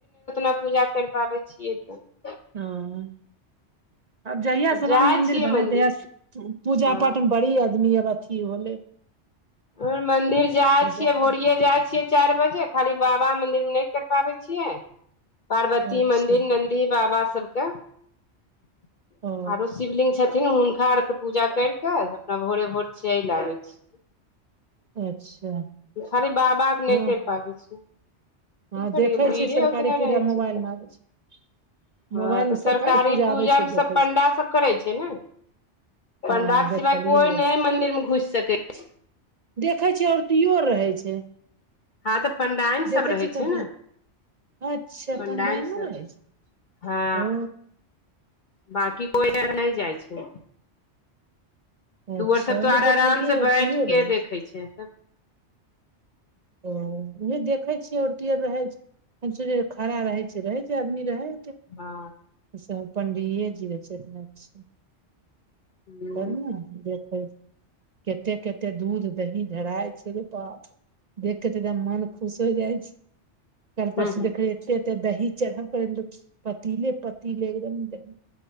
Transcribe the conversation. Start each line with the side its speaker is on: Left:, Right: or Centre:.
Left: <unintelligible> पूजा कैर पाबै छियै तऽ
Right: <unintelligible> आब जहिया स
Left: जाइ
Right: राम मंदिर
Left: छियै
Right: बनले
Left: मन्दिर
Right: तहिया पूजा
Left: हँ
Right: पाठ में बड़ी आदमी आब थी भलै
Left: ओय मंदिर जाइ छियै
Right: जागलै
Left: भोरिए जाइ छियै चैर खाली बाबा मंदिर में नै कैर पाबै छियै पार्वती
Right: अच्छा
Left: मंदिर नं दी बाबा सब कऽ <inaudible>
Right: ओ
Left: आरो शिवलिंग छथिन थिन हुनका आर खऽ पूजा कैर कऽ अपना भोरे भोर चैल आबै छी
Right: अच्छा
Left: खाली बाबा केँ नै
Right: हँ
Left: कैर पाबै छिय कि
Right: हँ
Left: करि
Right: देखै
Left: यै भीरे
Right: छियै सरकारी
Left: ओतने
Right: पूजा
Left: रहे
Right: मोबाइल
Left: छै तऽ
Right: मे आबै छै
Left: हँ
Right: मोबाइल
Left: तऽ
Right: मे
Left: सरकारी पूजा
Right: आबै छै
Left: सब
Right: देखै
Left: पण्डा
Right: छै
Left: सब करै छै न पंडा
Right: हँ
Left: केँ
Right: देखलियै
Left: सिवाय कोई नै मंदिर में घुस सकै छै
Right: देखै छै औरतीयो रहै छै
Left: हँ तऽ पण्डाइन सब
Right: देखै
Left: रहै
Right: छियै कदू
Left: छै न <inaudible>
Right: अच्छा
Left: पंडाईन
Right: पंडइनो
Left: सब
Right: रहै छै
Left: <inaudible> हँ
Right: ओ
Left: बाकी कोइ अर नै जाइ छै
Right: अच्छा
Left: ओ सब तो
Right: उहे
Left: अर
Right: देखलियै
Left: आराम से
Right: औरतियो
Left: बैठ केँ
Right: रहै
Left: देखै छै
Right: ओ उहे देखे छियै औरत रहै छै हम सोचै छी खड़ा रहै छै रहै एतै आदमी रहै ते
Left: हँ
Right: सब पंडिये जी रहै छथि अक्सर
Left: <unintelligible>
Right: <unintelligible> कते कते दूध दही ढराइ छै रे बाप देख केँ तऽ एकदम मन खुश हो जाइ छै <inaudible> कैल
Left: हूँ
Right: परसू देखै एते एते तऽ दही चढ़ाव लु पतीले पतीले एकदम दही